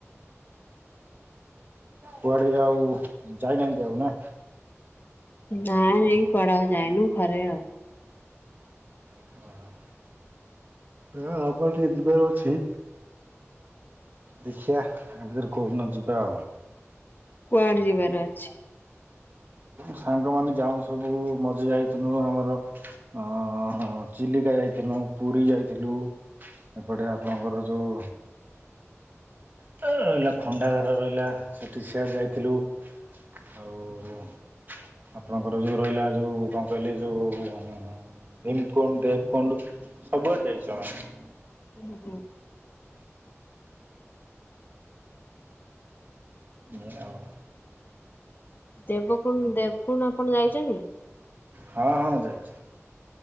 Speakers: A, on the right; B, on the left.
A: କୁଆଡେ ଆଉ ଯାଉନାହାନ୍ତି ଆଉ ନା?
B: ନାଇଁ ନାଇଁ କୁଆଡେ ଆଉ ଯାଇନୁ ଘରେ ଆଉ
A: <inaudible> ହଁ ଆପର ଟିକେ <inaudible> ଅଛି। ଦେଖିଆ ଆ ଭିତରେ କୋଉଦିନ ଯିବା ଆଉ।
B: କୁଆଡେ ଯିବାର ଅଛି?
A: ସାଙ୍ଗମାନେ ଯାଉ ସବୁ ମଝିରେ ଯାଇଥିଲୁ ଆମର ହଁ ଚିଲିକା ଯାଇଥିଲୁ ପୁରୀ ଯାଇଥିଲୁ। ଏପଟେ ଆପଣଙ୍କର ଯୋଉ ତ ରହିଲା ଖଣ୍ଡାଘର ରହିଲା ସେଠି ସିଆଡେ ଯାଇଥିଲୁ। ଆଉ ଆପଣଙ୍କର ଯୋଉ ରହିଲା ଯୋଉ କଣ କହିଲେ ଯୋଉ? ଭୀମକୁଣ୍ଡ ଦେବକୁଣ୍ଡ ସବୁଆଡେ ଯାଇଛୁ ଆମେ
B: <inaudible>
A: ଏଇଆ ଆଉ
B: ଦେବକୁଣ ଦେବକୁଣ୍ଡ ଆପଣ ଯାଇଛନ୍ତି?
A: ହଁ ହଁ ଯାଇଚି।